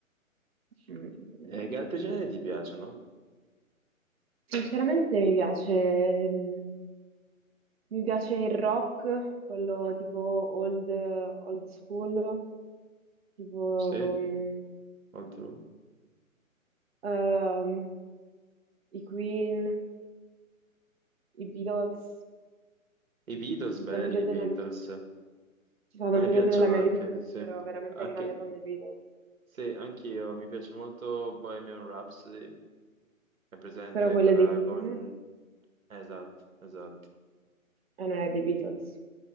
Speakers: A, on the right (about 45°); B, on the right (about 70°).
A: Mm,
B: E che altri generi ti piacciono?
A: Sinceramente mi piace, mm, mi piace il rock, quello tipo old, old school, tipo
B: Sì,
A: mm,
B: oltre...
A: ehm, i Queen, i Beatles.
B: I Beatles
A: C'è stato
B: belli,
A: un periodo
B: i Beatles,
A: della, c'è
B: a
A: stato
B: me
A: un periodo
B: piacciono
A: della mia
B: anche,
A: vita in cui
B: sì.
A: ero veramente
B: Anche,
A: grande fan dei Beatles,
B: Sì, anch'io, mi piace molto Bohemian Rhapsody, è presente
A: però quello
B: quella
A: è dei Queen
B: con... Esatto, esatto.
A: e non è dei Beatles.